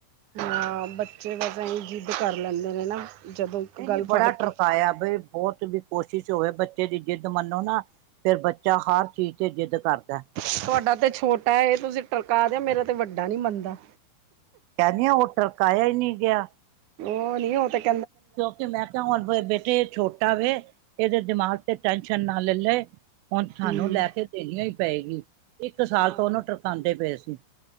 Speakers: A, on the right; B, on the right.
A: ਹਾਂ ਬੱਚੇ ਵੈਸੇ ਹੀ ਜਿੱਦ ਕਰ ਲੈਂਦੇ ਨੇ ਨਾ। ਜਦੋਂ ਇੱਕ
B: ਨਹੀਂ
A: ਗੱਲ
B: -ਨਹੀਂ ਬੜਾ
A: ਫੜ ਕੇ
B: ਟਰਕਾਇਆ ਬਈ ਬਹੁਤ ਵੀ ਕੋਸ਼ਿਸ਼ ਹੋਵੇ ਬੱਚੇ ਦੀ ਜਿੱਦ ਮੰਨੋ ਨਾ ਫੇਰ ਬੱਚਾ ਹਰ ਚੀਜ਼ ਤੇ ਜਿੱਦ ਕਰਦਾ।
A: ਤੁਹਾਡਾ ਤੇ ਛੋਟਾ ਏ ਤੁਸੀਂ ਟਰਕਾ ਦਿਆ ਮੇਰਾ ਤੇ ਵੱਡਾ ਨੀ ਮੰਨਦਾ।
B: ਕਹਿੰਦੀ ਆ ਉਹ ਟਰਕਾ ਇਆ ਹੀ ਨਹੀਂ ਗਿਆ।
A: ਉਹ ਨੀ ਉਹ ਤੱਕ।
B: ਕਿਉਂਕਿ ਮੈਂ ਕਿਹਾ ਹੁਣ ਬੇਟੇ ਛੋਟਾ ਵੇ ਇਹਦੇ ਦਿਮਾਗ ਤੇ ਟੈਸ਼ਨ ਨਾ ਲੈ ਲਏ। ਹੁਣ ਸਾਨੂੰ
A: ਹੂੰ
B: ਲੈ ਕੇ ਦੇਣੀ ਓਈ ਪਏਗੀ, ਇੱਕ ਸਾਲ
A: ਹਾਂ
B: ਤੋਂ ਓਨੂੰ ਟਰਕਾਦੇ ਪਏ ਸੀ।